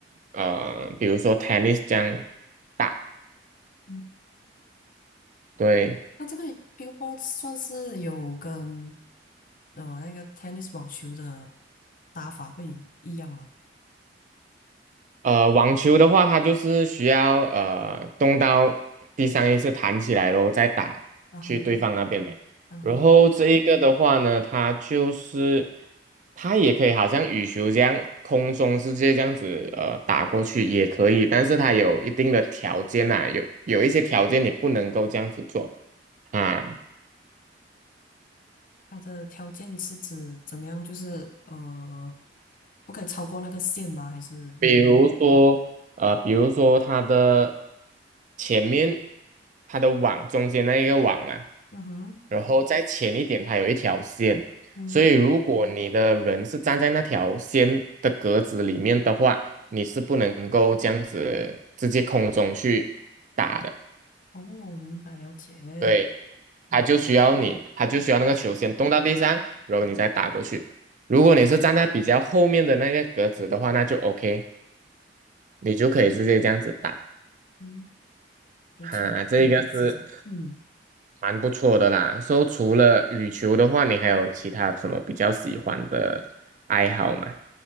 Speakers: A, on the right; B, on the left.
A: 呃比如说 tennis 这样大，
B: 嗯，
A: 对。
B: 那这个乒乓波算是有跟呃那个 tennis 网球的打法会一样吗？
A: 呃，网球的话，它就是需要呃动到第三一次弹起来咯，然再打去对方那边嘛。
B: 啊哈，嗯哼。
A: 然后这一个的话呢，它就是它也可以好像羽球这样空中直接这样子呃打过去也可以，但是它有一定的条件呐、有有一些条件你不能够这样子做啊。
B: 它的条件是指怎么样？就是呃，不可以超过那个线吗？还是
A: 比如说，呃，比如说它的前面，它的网中间那一个网啊，
B: 嗯哼
A: 然后再前一点，它有一条线，
B: 嗯
A: 所以如果你的人是站在那条线的格子里面的话，你是不能够这样子直接空中去打的，
B: 哦，明白了解。
A: 对，它就需要你，它就需要那个球先动到地上，然后你再打过去。如果你是站在比较后面的那个格子的话，那就 OK，你就可以直接这样子打。
B: 嗯，有机会可以去试试。
A: 哈，这个是
B: 嗯
A: 蛮不错的啦。说除了羽球的话，你还有其他什么比较喜欢的爱好吗？